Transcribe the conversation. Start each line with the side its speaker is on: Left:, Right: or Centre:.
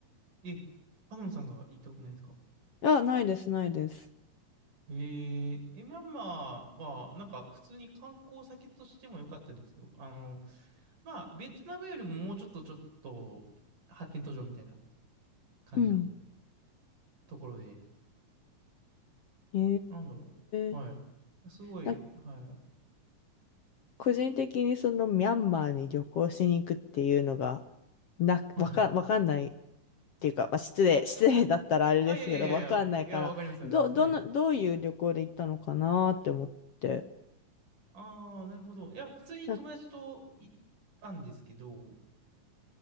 Right: い。え、アノンさんが行ったことないですか
Left: あ、ないです、ないです。
Right: えええミャンマーは、なんか普通に観光先としても良かったですよ。あの、まあ、ベトナムよりももうちょっとちょっと発展途上みたいな感じの
Left: うん。
Right: ところで、
Left: え
Right: なんだろうな。
Left: ー、
Right: はい。すごい、
Left: なんか
Right: は
Left: 個人的にそのミャンマーに旅行しに行くっていうのが、な、
Right: い。
Left: わか、
Right: はいはい。
Left: わかんないっていうか、まあ、失礼、失礼だったらあれですけど、
Right: あ、いやいやいやいや、
Left: わかんないから、
Right: いや、わかりますわかります。
Left: ど、どの、
Right: はい。
Left: どういう旅行で行ったのかなって思って。
Right: ああ、なるほど。いや、普通に友達と行ったんですけど、
Left: なんか